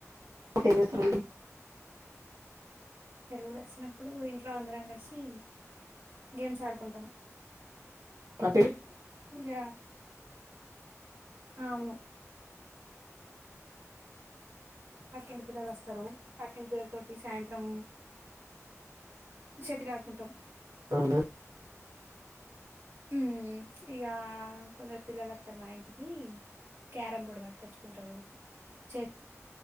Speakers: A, on the right (about 85°); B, on the right (about 40°).
A: ఏం చేస్తారండి
B: సలవులు వచ్చినప్పుడు ఇంట్లో అందరం కలిసి గేమ్స్ ఆడుకుంటాం
A: క
B: ఇక అవును పక్కింటి పిల్లలు వస్తారు పక్కిన పిల్లల తోటి సాయంత్రం షెటిల్ ఆడుకుంటాం
A: అవునా
B: హ్మ్ ఇక కొందరు పిల్లలు వస్తారు మా ఇంటికి ఈ క్యారం బోర్డు పట్టుకచ్చుకుంటారు చె